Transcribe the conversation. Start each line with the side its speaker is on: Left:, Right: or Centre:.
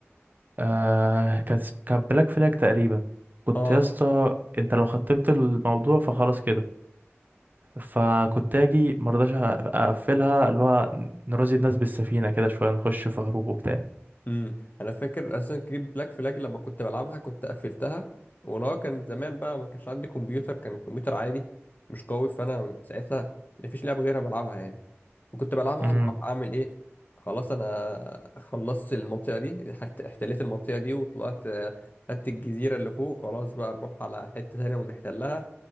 Right: آه كانت اسم- كانت بلاك فلاج تقريبا كنت
Left: اه
Right: يا اسطى انت لو ختمت الموضوع فخلاص كده فكنت اجي مرضاش أ- اقفلها اللي هو نرازي الناس بالسفينه كده شويه نخش في هروب وبتاع
Left: امم انا فاكر اساسا كريد بلاك فلاج لما كنت بلعبها كنت قفلتها ولو كان زمان بقى ما كانش عندي كمبيوتر كان الكمبيوتر عادي مش قوي فانا ساعتها ما فيش لعبه غيرها بلعبها يعني وكنت بلعبها
Right: امم
Left: بروح اعمل ايه خلاص انا خلصت المنطقه دي حتى احتليت المنطقه دي وطلعت آه، خدت الجزيره اللي فوق خلاص بقى نروح على حته تانية ونحتلها